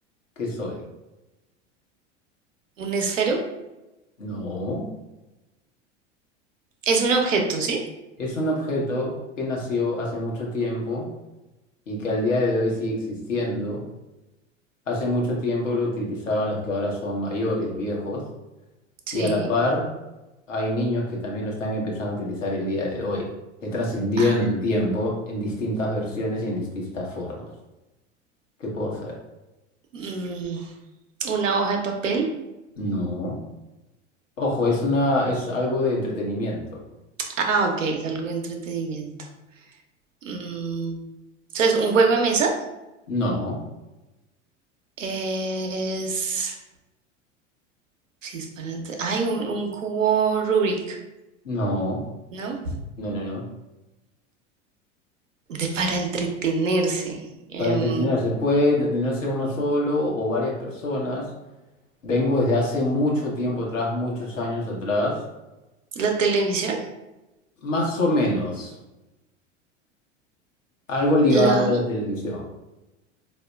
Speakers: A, on the left (about 80°); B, on the right (about 80°).
A: ¿Qué soy?
B: ¿Un esfero?
A: No,
B: Es un objeto, ¿sí?
A: es un objeto que nació hace mucho tiempo y que al día de hoy sigue existiendo. Hace mucho tiempo lo utilizaban los que ahora son mayores, viejos,
B: Sí.
A: y a la par hay niños que también lo están empezando a utilizar el día de hoy. He trascendido
B: Ah,
A: en el tiempo en distintas versiones y en distintas formas. ¿Qué puedo hacer?
B: mm, ¿una hoja de papel?
A: No. Ojo, es una, es algo de entretenimiento.
B: Ah, ok, es algo de entretenimiento. Mm, o sea, es ¿Un juego de mesa?
A: No,
B: Es... Sí, es para... entre- Ay, un, un cubo Rubik,
A: no.
B: ¿no?
A: No, no, no.
B: De para entretenerse.
A: Para
B: Em,
A: entretenerse, puede entretenerse uno solo o varias personas. Vengo desde hace mucho tiempo atrás, muchos años atrás,
B: ¿la televisión?
A: más o menos, algo ligado
B: La...
A: a la televisión.